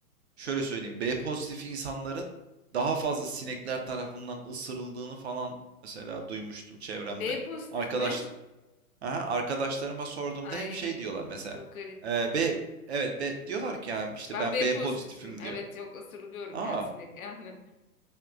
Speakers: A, on the right; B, on the left.
A: şöyle söyleyeyim. B pozitif insanların daha fazla sinekler tarafından ısırıldığını falan mesela duymuştum çevremde.
B: B pozitif
A: Arkadaş
B: mi?
A: Aha, arkadaşlarıma sorduğumda
B: Ay
A: hep şey diyorlar mesela.
B: çok garip.
A: Eee, B evet B diyorlar ki yani işte
B: Ben
A: ben
B: B
A: B
B: pozitifim.
A: pozitifim
B: Evet
A: diyor.
B: yok ısırılıyorum
A: Aa
B: yani sinek <laughs> yani.